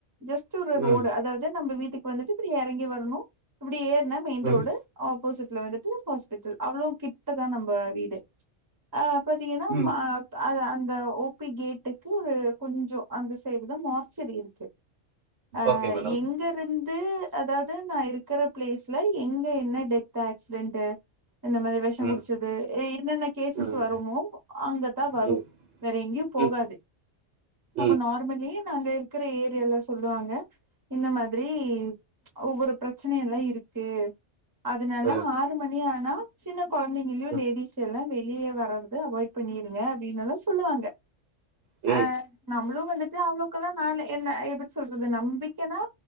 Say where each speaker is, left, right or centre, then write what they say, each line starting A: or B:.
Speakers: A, on the right; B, on the right.
A: ஜஸ்ட்டு ஒரு
B: ம்
A: ரோடு அதாவ்து நம்ப வீட்டுக் வந்துட்டு இப்டி எறங்கி வரணு இப்டி ஏற்னா மெய்ன்
B: ம்
A: ரோடு ஆப்போசிட்ல வந்துட்டு ஹாஸ்பிட்டல் அவ்ளோ கிட்டதா நம்ப வீடு ஆ பாத்தீங்கன்னா
B: ம்
A: மா அதா அந்த ஓ பி கேட்டுக்கு ஒரு கொஞ்சோ அந்த சைடு தா மார்ச்சரி இருக்கு அ
B: ஓகே மேடம்
A: எங்கருந்து அதாவ்து நா இருக்கற ப்ளேஸ்ல எங்க என்ன டெத் ஆக்ஸ்ரென்ட்டு இந்த மாதிரி வெஷோ
B: ம்
A: குடிச்சது எ என்னென்ன கேசஸ்
B: ம்
A: வருமோ அங்கதா வரு
B: ம்
A: வேற எங்கயு போகாது
B: ம் ம்
A: அப்ப
B: ம் ம்
A: நார்மலி நாங்க இக்கற ஏரியலா சொல்லுவாங்க இந்த மாதிரி ஒவ்வொரு பிரச்சனையல்லா இருக்கு அதுனால
B: ம் ம்
A: ஆறு மணி ஆனா சின்ன கொழந்தைகள்யு
B: ம்
A: லேடிஸ் எல்லா வெளிய வரருது அவாய்ட் பண்ணீருங்க அப்டின்னல்லா சொல்லுவாங்க
B: ம் ம் ம் ம் ம்
A: அ நம்மளு வந்துட்டு அவங்கள்க்கெல்லா நாலே என்ன எப்பிடி சொல்றது நம்பிக்கன்னா